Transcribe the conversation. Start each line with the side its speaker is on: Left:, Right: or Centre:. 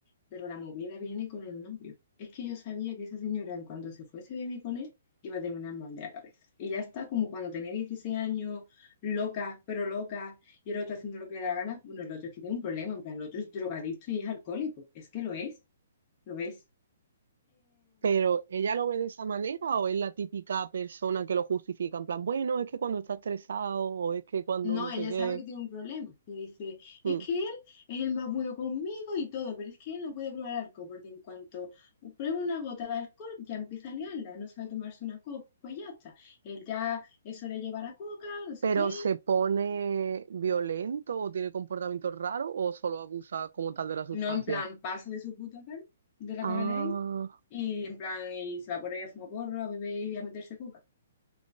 Left: pero la movida viene con el novio. Es que yo sabía que esa señora, en cuanto se fuese a vivir con él, iba a terminar mal de la cabeza. Y ya está, como cuando tenía 16 años, loca, pero loca, y el otro haciendo lo que le da la gana. Bueno, el otro es que tiene un problema, en plan, el otro es drogadicto y es alcohólico. Es que lo es, lo es.
Right: Pero, ¿ella lo ve de esa manera o es la típica persona que lo justifica? En plan, bueno, es que cuando está estresado o es que cuando
Left: No,
Right: no
Left: ella
Right: sé qué.
Left: sabe que tiene un problema. Y dice,
Right: Mm.
Left: es que él es el más bueno conmigo y todo, pero es que él no puede probar alcohol, porque en cuanto prueba una gota de alcohol, ya empieza a liarla, no sabe tomarse una copa y ya está. Él ya eso le lleva la coca, no sé
Right: pero
Left: qué.
Right: se pone violento o tiene comportamientos raros o solo abusa como tal de la sustancia.
Left: No, en plan, pasa de su puta cara, de la
Right: Ah,
Left: cara de él, y en plan, y se va por ahí a fumar porro, a beber y a meterse coca.